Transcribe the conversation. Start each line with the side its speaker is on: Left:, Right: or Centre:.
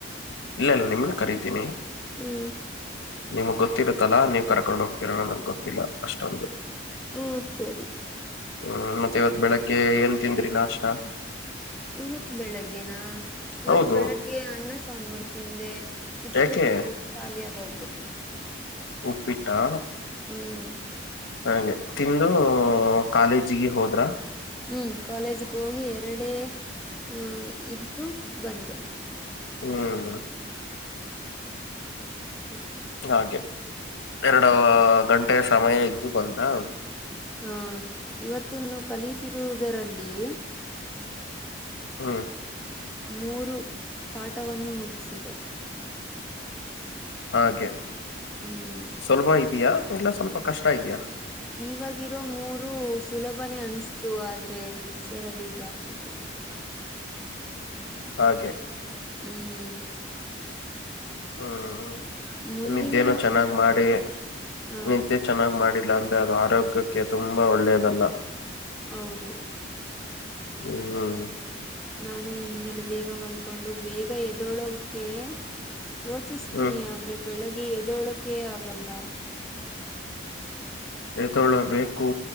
Left: ಇಲ್ಲ ಇಲ್ಲ ನಿಮ್ಗ ಕರೀತೀನಿ.
Centre: ಹ್ಮ್.
Left: ನಿಮ್ಗ್ ಗೊತ್ತಿರುತ್ತಲ್ಲಾ ನೀವ್ ಕರ್ಕೊಂಡ್ ಹೋಗ್ತಿರ ನಗ್ ಗೊತ್ತಿಲ್ಲ ಅಷ್ಟೊಂದು.
Centre: ಹ್ಮ ಸರಿ.
Left: ಹ್ಮ ಮತ್ತೆ ಇವತ್ ಬೆಳಿಗ್ಗೆ ಏನ್ ತಿಂದ್ರಿ ನಾಸ್ಟಾ.
Centre: ಇವತ್ ಬೆಳಗ್ಗೆನಾ ಇವತ್
Left: ಹೌದು
Centre: ಬೆಳಗ್ಗೆ ಅನ್ನ ಸಾಂಬಾರ ತಿಂದೆ. ಉಪ್ಪಿಟ್ಟು
Left: ಯಾಕೆ
Centre: ಖಾಲಿಯಾಗ ಹೋಗ್ಬಿಟ್ಟಿ
Left: ಉಪ್ಪಿಟ್ಟಾ.
Centre: ಹ್ಮ.
Left: ಹಾಗೆ ತಿಂದು ಕಾಲೇಜಿಗೆ ಹೋದ್ರ.
Centre: ಹ್ಮ ಕಾಲೇಜ್ಗೆ ಹೋಗಿ ಎರಡೆ ಆ ಇದ್ದು ಬಂದೆ.
Left: ಹ್ಮ.
Centre: ಹ್
Left: ಹಾಗೆ ಎರಡು ಗಂಟೆಯ ಸಮಯ ಇದ್ದು ಬಂದಾ.
Centre: ಹಾ ಇವತ್ತುನು ಕಲೀತಿರುವುದರಲ್ಲಿ.
Left: ಹ್ಮ.
Centre: ಮೂರು ಪಾಠವನ್ನು ಮುಗಿಸಿದೆ.
Left: ಹಾಗೆ
Centre: ಹ್ಮ್
Left: ಸುಲ್ಭ ಇದ್ಯಾ ಇಲ್ಲ ಸ್ವಲ್ಪ ಕಷ್ಟ ಇದ್ಯಾ.
Centre: ಇವಾಗಿರೋ ಮೂರು ಸುಲಭನೆ ಅನ್ಸ್ತು ಆದ್ರೆ ಪಿಕ್ಚರ್ ಅ ಬಿ ಬಾಕಿ ಹೈ.
Left: ಹಾಗೆ.
Centre: ಹ್ಮ.
Left: ಹ್ಮ್ ಹ್ಮ್
Centre: ಮುಂದಿನ
Left: ನಿದ್ದೇನು ಚೆನ್ನಾಗ್ ಮಾಡಿ
Centre: ಹ
Left: ನಿದ್ದೆ ಚೆನ್ನಾಗ್ ಮಾಡಿಲ್ಲ ಅಂದ್ರೆ ಅದು ಆರೋಗ್ಯಕ್ಕೆ ತುಂಬಾ ಒಳ್ಳೇದಲ್ಲ.
Centre: ಹೌದು.
Left: ಹ್ಮ್
Centre: ನಾನು ಇನ್ಮೇಲೆ ಬೇಗ ಮಲ್ಕೊಂಡು ಬೇಗ ಏದ್ದೋಳೋಕೆ. ಯೋಚಿಸ್ತೀನಿ
Left: ಹ್ಮ್
Centre: ಆದ್ರೆ ಬೆಳಗ್ಗೆ ಎದೋಳಕೆ ಆಗಲ್ಲ.
Left: ಎದ್ದುಳಬೇಕು